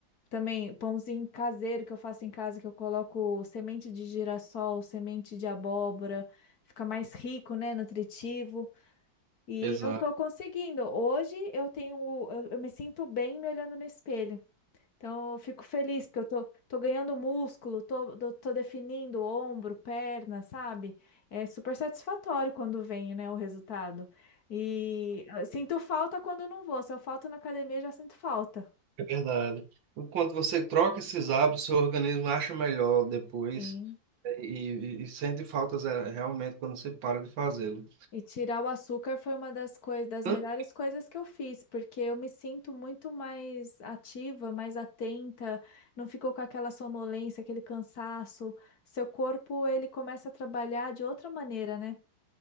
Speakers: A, on the left (about 55°); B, on the right (about 75°).
A: Também pãozinho caseiro que eu faço em casa, que eu coloco semente de girassol, semente de abóbora. Fica mais rico, né? Nutritivo. E
B: Exato.
A: eu tô conseguindo. Hoje eu tenho, eu, eu me sinto bem me olhando no espelho. Então eu fico feliz porque eu tô, tô ganhando músculo, tô, tô, tô definindo ombro, perna, sabe? É super satisfatório quando vem, né, o resultado. E eu sinto falta quando eu não vou. Se eu falto na academia, eu já sinto falta.
B: É verdade. Enquanto você troca esses hábitos, seu organismo acha melhor depois
A: Sim.
B: né, e, e- e sente faltas é, realmente quando você para de fazê-lo.
A: E tirar o açúcar foi uma das coisas, das
B: Tanto-
A: melhores coisas que eu fiz, porque eu me sinto muito mais ativa, mais atenta, não ficou com aquela sonolência, aquele cansaço. Seu corpo, ele começa a trabalhar de outra maneira, né?